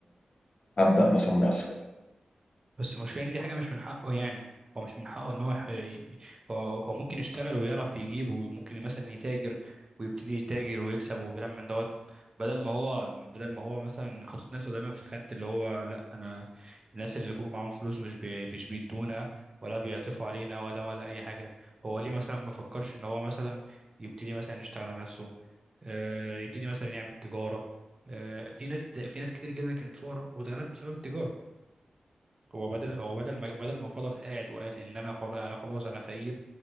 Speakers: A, on the left; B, on the right.
A: ابدا مثلا اسرق
B: بس المشكلة إن دي حاجة مش من حقه يعني هو مش من حقه ان هو ح- هو هو ممكن يشتغل ويعرف يجيب وممكن مثلا يتاجر ويبتدي يتاجر ويكسب وكلام من دوت بدل ما هو بدل ما هو مثلا حاطط نفسه دايما في خانة اللي هو لا انا الناس اللي فوق معاهم فلوس مش بي مش بيدونا ولا بيعطفوا علينا ولا ولا اي حاجة هو ليه مثلا ما فكرش ان هو مثلا يبتدي مثلا يشتغل على نفسه آه، يبتدي مثلا يعمل تجارة آه، في ناس في ناس كتير جدا كانت فقراء واتغنت بسبب التجارة هو بدل هو بدل ما بدل ما فضل قاعد وقال ان انا خلاص انا خلاص انا فقير